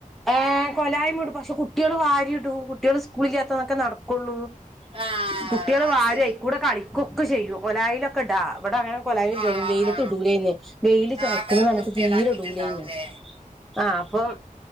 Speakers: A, in the centre; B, on the right.
A: ഏ കൊലായ്മ ഇടും പക്ഷെ കുട്ടിയാള് വാരി ഇടും കുട്ടിയള് സ്കൂളിലില്ലതതൊക്കെ നടക്കും കുള്ളൂ
B: ആ
A: കുട്ടിയള്
B: അത്
A: വാരി
B: ശരി
A: ആയിക്കൂടെ കളിക്കൊക്കെ ചെയ്യും കൊലായിലൊക്കെ ഇടാ ഇവിടെ അങ്ങനെ കൊലയ് ഇല്ല്യരുന്നു
B: ആ
A: വെയിലത്തു
B: ആ
A: ഇടുലയ്ര്ന്നെ വെയില് ചെളായ്ക്കണപറഞ്ഞിട്ട്
B: ആകെ വൃത്തികേടാക്കിയിട്ടുണ്ടാവൂലേ
A: തീരെ ഇടുലയ്ന്നു ആ അപ്പം